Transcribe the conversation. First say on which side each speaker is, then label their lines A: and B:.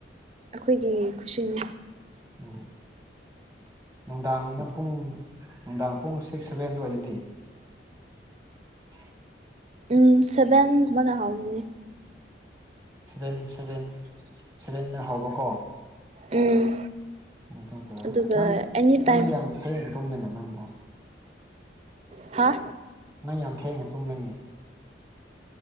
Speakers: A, on the right; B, in the centre.
A: ꯑꯈꯣꯏꯒꯤ ꯀꯨꯁꯤꯅꯤ
B: ꯎꯝ ꯅꯨꯡꯗꯥꯡꯗ ꯄꯨꯡ ꯅꯨꯡꯗꯥꯡ ꯄꯨꯡ ꯁꯤꯛꯁ ꯁꯚꯦꯟ ꯑꯣꯏꯔꯗꯤ <inaudible>
A: ꯎꯝ ꯁꯚꯦꯟꯒꯨꯝꯕꯗ ꯍꯧꯒꯤꯝꯅꯤ
B: ꯁꯚꯦꯟ ꯁꯚꯦꯟ ꯁꯚꯦꯟꯗ ꯍꯧꯕꯀꯣ
A: ꯎꯝ
B: ꯑꯗꯨꯒ
A: ꯑꯗꯨꯒ
B: ꯅꯪꯗꯤ
A: ꯑꯦꯅꯤꯇꯥꯏꯝ
B: ꯅꯪꯗꯤ ꯌꯥꯝ ꯊꯦꯡꯅ ꯇꯨꯝꯃꯤꯅ ꯅꯪꯗꫭ
A: ꯍꯥ
B: ꯅꯪ ꯌꯥꯝ ꯊꯦꯡꯅ ꯇꯨꯝꯃꯤꯅꯤ